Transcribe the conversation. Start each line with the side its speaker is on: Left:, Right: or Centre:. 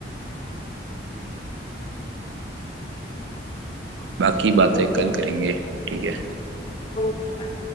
Right: باقی باتیں
Left: ہیں اوکے
Right: کل کریں گے ٹھیک ہے
Left: اکے بائے